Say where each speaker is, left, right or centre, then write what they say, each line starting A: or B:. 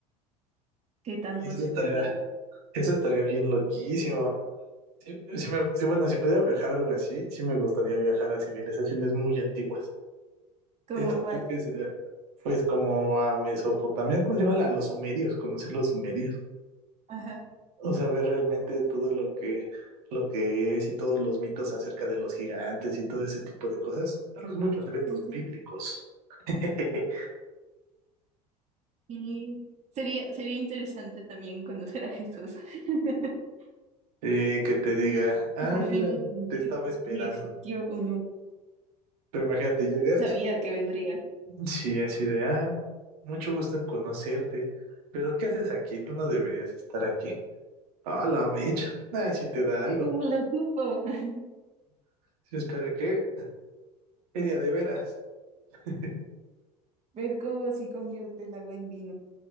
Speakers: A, on the right; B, on the right.
A: qué tanto
B: Y eso
A: se
B: estaría,
A: perdió,
B: eso estaría bien loquísimo. Sí, sí me, sí, bueno, si pudiera viajar a algo así, sí me gustaría viajar a civilizaciones muy antiguas.
A: como
B: Esto
A: cuáles.
B: creo que sería, pues, como a Mesopotamia, ¿cómo se llama? A los sumerios, conocer los sumerios.
A: Ajá,
B: O sea, ver realmente todo lo que, lo que es y todos los mitos acerca de los gigantes y todo ese tipo de cosas. Tal vez muchos eventos
A: sí, sí.
B: bíblicos. <laughs>
A: Y sería, sería interesante también conocer a Jesús <laughs>
B: Eh, que te diga, ah,
A: y por
B: mira,
A: fin desmentir
B: te estaba esperando.
A: si existió o no.
B: Pero imagínate, llegas,
A: Sabía que vendría.
B: sí, así de, ah, mucho gusto en conocerte. Pero ¿qué haces aquí? Tú no deberías estar aquí. Ah, la mecha. Ah, si te da algo.
A: ¿Cómo lo supo? <laughs>
B: Si espera, ¿qué? Media de veras. <laughs>
A: Ver cómo se convierte el agua en vino.